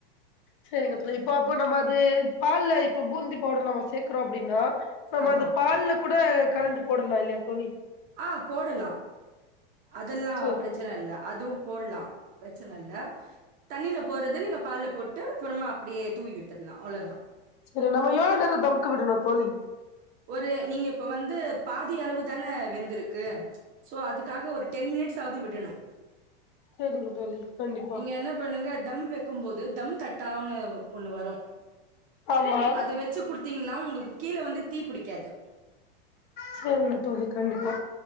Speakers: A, on the left; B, on the right.
A: சேரிங்க இப்ப அப்போ நம்ம அது பால்ல இப்ப பூந்தி பவுடர் நம்ம சேர்க்கறோ அப்படின்னா நம்ம
B: ஆமா
A: அது பால்ல கூட கலந்து போடலா இல்லையா தோழி
B: ஆ போடலா அதெல்லா
A: சரிங்க
B: பிரச்சன இல்ல அதுவு போட்லாமா பிரச்சன இல்ல தண்ணில போறது நீங்க பால் போட்டு அப்புறமா அப்படியே தூவி விட்டுதலா அவ்வளவதா
A: சரி நம்ம எவ்ளோ நேரோ தம்க்கு விடணு தோழி
B: ஒரு நீங்க இப்ப வந்து பாதி அளவு தானே வெந்தருக்கு சோ அதுக்காக ஒரு டென் மினிட்ஸ் ஆாவது விடணு
A: சரிங்க தோழி கண்டிப்பா
B: நீங்க என்ன பண்ணுங்க தம் வைக்கு போது தம் தட் டவுனு ஒண்ணு வரு
A: ஆமா
B: அது வச்சு குடுத்தீங்கன்னா உங்களுக்கு கீழே வந்து அது
A: சரிங்க தோழி கண்டிப்பா